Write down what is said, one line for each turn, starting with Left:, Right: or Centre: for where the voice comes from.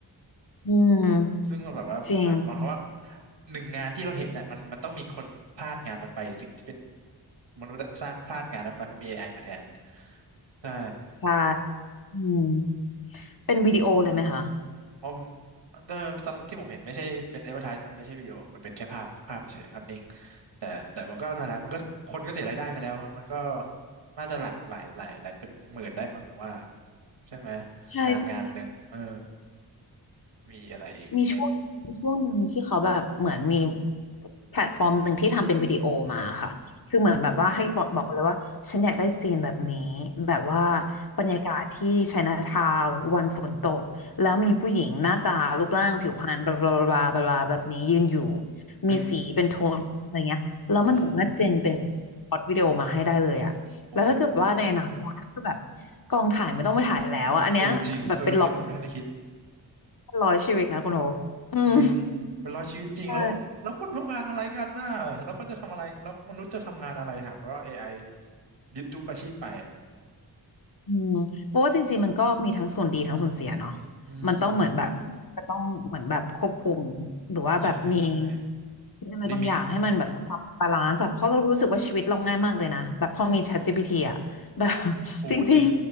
Left: อืม
Right: ซึ่งมันแบบว่าหมายหมายความว่า
Left: จริง
Right: หนึ่งงานที่เราเห็นเนี่ยมันมันต้องมีคนพลาดงานนั้นไปสิ่งที่เป็นมนุษย์อะสร้างพลาดงานนั้นไปเพราะมีเอไอมาแทนใช่
Left: ใช่อืมเป็นวิดีโอเลยไหมคะ
Right: ออมเดิมตอนที่ผมเห็นไม่ใช่เป็น advertise มันไม่ใช่วิดีโอมันเป็นแค่ภาพภาพเฉยๆภาพนิ่งแต่แต่มันก็นั่นแหละมันก็คนก็เสียรายได้ไปแล้วครับมันก็น่าจะหลักหลายหลายหลายเป็นหมื่นได้มั้งผมว่าใช่ไหม
Left: ใช่ใช่
Right: งานงานหนึ่งเออมีอะไรอีกเล็ก
Left: มีช่วงมีช่วงหนึ่งที่เขาแบบเหมือนมีแพลตฟอร์มหนึ่งที่ทำเป็นวิดีโอมาค่ะคือเหมือนแบบว่าให้บอกบอกเลยว่าฉันอยากได้ซีนแบบนี้แบบว่า
Right: อืม
Left: บรรยากาศที่ไชน่าทาวน์วันฝนตกแล้วมีผู้หญิงหน้าตารูปร่างผิวพรรณบลาบลาบลาบลาบลาแบบนี้ยืนอยู่
Right: ซึ่ง
Left: มีสีเป็นโทนอะไรเงี้ยแล้วมันสามารถเจนเป็น
Right: อ๋อ
Left: พล็อรตวิดีโอมาให้ได้เลยอะแล้วถ้าเกิดว่าในอนาคตถ้าเกิดแบบ
Right: โอ้โห
Left: กองถ่ายไม่ต้องไปถ่ายแล้วอะอันเนี้ยแบบเป็นร้อย
Right: เออจริงเอออันนี้ผมไม่ทันได้คิด
Left: ร้อยชีวิตนะคุณโออืม
Right: จริงเป็นร้อยชีวิตจริงแล้วแล้วคนทำงานอะไรกันน่ะแล้วคนจะทำอะไรแล้วมนุษย์จะทำงานอะไรหากว่าเอไอ
Left: ใช่
Right: ยึดทุกอาชีพไป
Left: อืมเพราะว่าจริงๆมันก็มีทั้งส่วนดีทั้งส่วนเสียเนาะ
Right: อืม
Left: มันต้องเหมือนแบบจะต้องเหมือนแบบควบคุมหรือว่าแบบมี
Right: ใช่ใช่
Left: มีอะไรบางอย่างให้มันแบบปรับบาลานซ์อะเพราะเรารู้สึกว่าชีวิตเราง่ายมากเลยนะแบบพอมี
Right: ลิมิต
Left: ChatGPT อะแบบ <laughs>
Right: โอจริง
Left: จริง